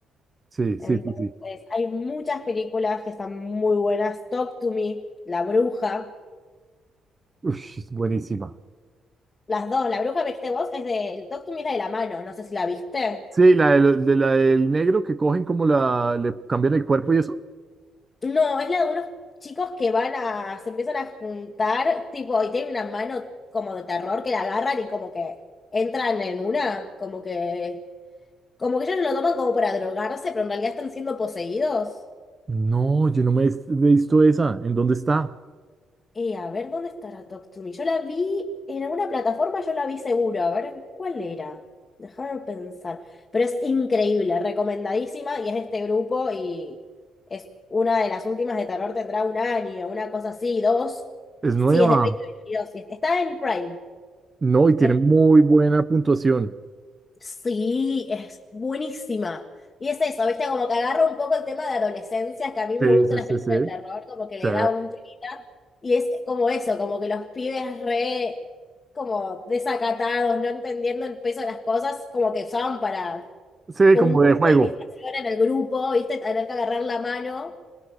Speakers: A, on the right (about 25°); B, on the left (about 35°).
A: sí,
B: Entonces,
A: sí, sí, sí.
B: hay muchas películas que están muy buenas. Talk to Me, La Bruja.
A: Ush, es buenísima.
B: Las dos. La Bruja, viste vos, es de... Talk to Me es la de la mano. No sé si la viste.
A: Sí, la del, de la del negro que cogen como la, le cambian el cuerpo y eso.
B: No, es la de unos chicos que van a... Se empiezan a juntar, tipo, y tienen una mano como de terror que la agarran y como que entran en una. Como que... Como que ellos lo toman como para drogarse, pero en realidad están siendo poseídos.
A: No, yo no me he visto esa. ¿En dónde está?
B: Eh, a ver, ¿dónde estará Talk to Me? Yo la vi en alguna plataforma, yo la vi seguro. A ver, ¿en cuál era? Déjame pensar. Pero es increíble, recomendadísima, y es de este grupo, y es una de las últimas de terror, tendrá un año, una cosa así, dos.
A: Es nueva.
B: Sí, es de 2022, y está en Prime.
A: No, y tiene
B: En...
A: muy buena puntuación.
B: Sí, es buenísima. Y es eso, ¿viste? Como que agarra un poco el tema de adolescencia, que a mí me
A: Sí,
B: gustan
A: sí,
B: las
A: sí,
B: películas
A: sí.
B: de terror, como que le
A: Sí,
B: da un tirita. Y es como eso, como que los pibes re, como desacatados, no entendiendo el peso de las cosas, como que usaban para,
A: Sí,
B: como
A: como
B: un curso
A: de juego.
B: de iniciación en el grupo, ¿viste? Tener que agarrar la mano